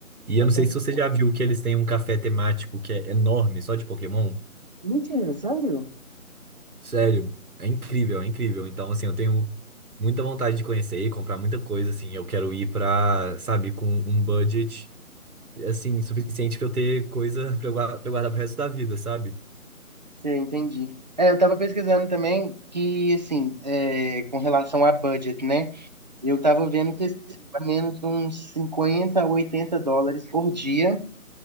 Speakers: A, on the right; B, on the right.
A: E
B: Com
A: eu não
B: certeza.
A: sei se você já viu que eles têm um café temático que é enorme, só de Pokémon.
B: Mentira, sério?
A: Sério, é incrível, é incrível. Então, assim, eu tenho muita vontade de conhecer e comprar muita coisa, assim. Eu quero ir pra, sabe, com um budget, assim, suficiente pra eu ter coisa <laughs> pra eu guardar, pra eu guardar pro resto da vida, sabe?
B: Sim, entendi. É, eu tava pesquisando também que, assim, é, com relação a budget, né? Eu tava vendo que, assim, mais ou menos uns 50, a 80 dólares por dia